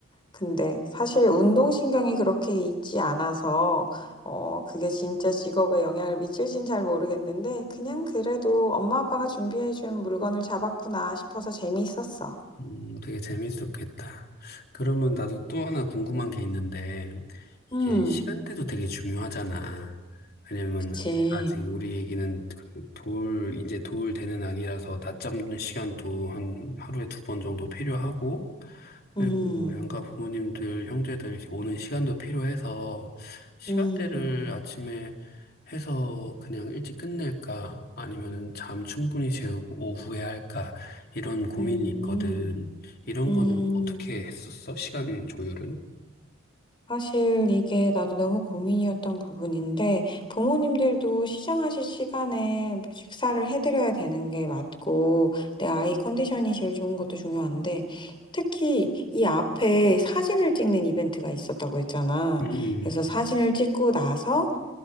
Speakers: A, on the left; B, on the left.
A: 근데 사실 운동신경이 그렇게 있지 않아서, 어, 그게 진짜 직업에 영향을 미칠진 잘 모르겠는데, 그냥 그래도 엄마 아빠가 준비해준 물건을 잡았구나 싶어서 재미있었어.
B: 음, 되게 재밌었겠다. 그러면 나도 또 하나 궁금한 게 있는데, 이게
A: 음,
B: 시간대도 되게 중요하잖아. 왜냐면,
A: 그치.
B: 아직 우리 얘기는 그 돌, 이제 돌 되는 아기라서 낮잠 시간도 한 하루에 두 번 정도 필요하고, 그리고
A: 음,
B: 양가 부모님들, 형제들 이렇게 오는 시간도 필요해서, 시간대를
A: 음,
B: 아침에 해서 그냥 일찍 끝낼까? 아니면 잠 충분히 재우고 오후에 할까? 이런 고민이
A: 음,
B: 있거든. 이런
A: 음.
B: 거는 어떻게 했었어? 시간 조율은?
A: 사실 이게 나도 너무 고민이었던 부분인데 부모님들도 시장하실 시간에 식사를 해드려야 되는 게 맞고 내 아이 컨디션이 제일 좋은 것도 중요한데 특히 이 앞에 사진을 찍는 이벤트가 있었다고 했잖아.
B: 음,
A: 그래서 사진을 찍고 나서